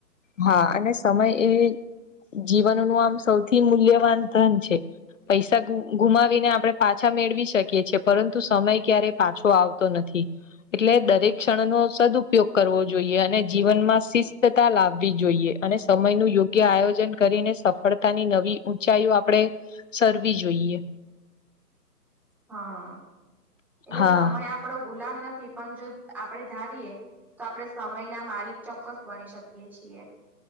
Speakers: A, on the left; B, in the centre.
A: હા અને સમય એ જીવનનું આમ સૌથી મૂલ્યવાન ધન છે પૈસા ગુમાવીને આપણે પાછા મેળવી શકીએ છીએ પરંતુ સમય ક્યારેય પાછો આવતો નથી એટલે દરેક ક્ષણ નો સદઉપયોગ કરવો જોઈએ અને જીવન માં શિસ્તતા લા આવી જોઈએ અને સમયનું યોગ્ય આયોજન કરીને સફળતાની નવી ઊંચાઈઓ આપણે સરવી જોઈએ.
B: હા એટલે
A: હા
B: સમય આપણો ગુલામ નથી પણ જો આપડે ધારીએ તો આપણે સમયનાં માલિક ચોક્કસ બની શકીએ છીએ.